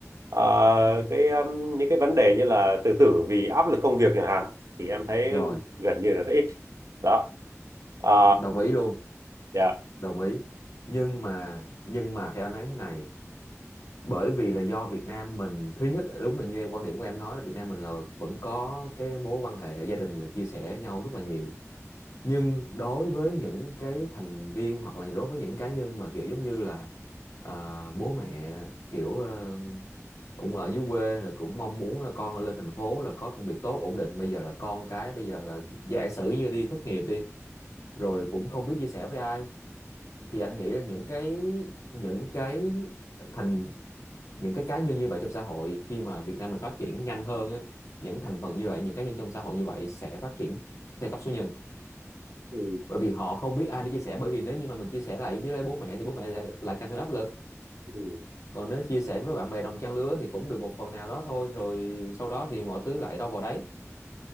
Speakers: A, on the right; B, on the left.
A: ờ, cái um, những cái vấn đề như là tự tử vì áp lực công việc chẳng hạn thì em thấy
B: rồi
A: gần như là rất ít đó Ờ,
B: đồng ý luôn
A: dạ
B: đồng ý nhưng mà nhưng mà theo anh thấy thế này bởi vì là do Việt Nam mình thứ nhất đúng là như em quan điểm của em nói là Việt Nam mình là vẫn có cái mối quan hệ gia đình là chia sẻ nhau rất là nhiều nhưng đối với những cái thành viên hoặc là đối với những cá nhân mà kiểu giống như là ờ, bố mẹ kiểu ờ, cũng ở dưới quê rồi cũng mong muốn là con lên thành phố là có công việc tốt ổn định bây giờ là con cái bây giờ là giả sử như đi thất nghiệp đi rồi cũng không biết chia sẻ với ai thì anh nghĩ là những cái những cái thành những cái cá nhân như vậy trong xã hội khi mà Việt Nam mình phát triển nhanh hơn á, những thành phần như vậy những cá nhân trong xã hội như vậy sẽ phát triển theo cấp số nhân
A: ừ,
B: bởi vì họ không biết ai để chia sẻ bởi vì nếu như mà mình chia sẻ lại với bố mẹ thì bố mẹ lại, lại càng thêm áp lực
A: ừ,
B: còn nếu chia sẻ với bạn bè đồng trang lứa thì cũng được một phần nào đó thôi rồi sau đó thì mọi thứ lại đâu vào đấy